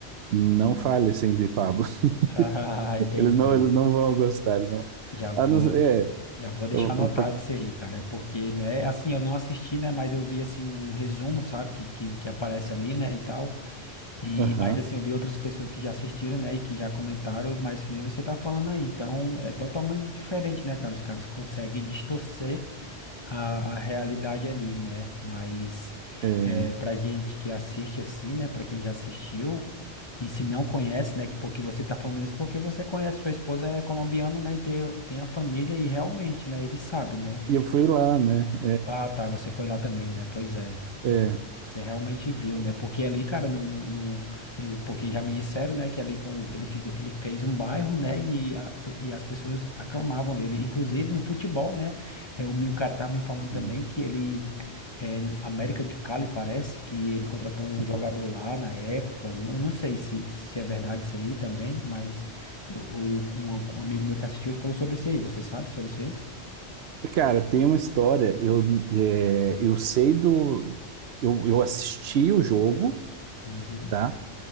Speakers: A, on the right; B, on the left.
A: não fale assim de Pablo. <laughs>
B: <laughs> Ah, entendi.
A: Eles não, eles não vão gostar, eles não.
B: Já vou,
A: Ah, não, é,
B: já vou deixar
A: eu,
B: anotado
A: eu, por-
B: isso aí, cara. É porque, né, assim, eu não assisti, né, mas eu vi, assim, um resumo, sabe, que, que, que aparece ali, né, e tal. E,
A: aham,
B: mas, assim, eu vi outras pessoas que já assistiram, né, e que já comentaram, mas que nem você tá falando aí. Então, é totalmente diferente, né, cara? Os caras conseguem distorcer a, a realidade ali, né? Mas
A: é.
B: é, para gente que assiste assim, né? Para quem já assistiu e se não conhece, né? que- Porque você tá falando isso porque você conhece, sua esposa é colombiana, né? E tem, tem a família e realmente, né? Ele sabe, né?
A: E eu fui lá, né?
B: Ah, tá, você foi lá também, né? Pois é.
A: É,
B: Então,
A: é.
B: você realmente viu, né? Porque ali, cara, no, no, no- e- porque já me disseram, né, que ali com ele fez, ele fez um bairro, né, e, a- e as pessoas aclamavam ele, inclusive no futebol, né? É, o, me- o cara tava me falando
A: Uhum.
B: também que ele é, no América de Cali parece que ele contratou um
A: uhum.
B: jogador lá na época. Não, eu não sei se, se é verdade isso aí também, mas eu, o- um, um amigo meu que assistiu ele falou sobre isso aí. Você sabe sobre isso aí?
A: Cara, tem uma história. Eu, é, eu sei do. Eu, eu assisti o jogo,
B: Uhum,
A: tá?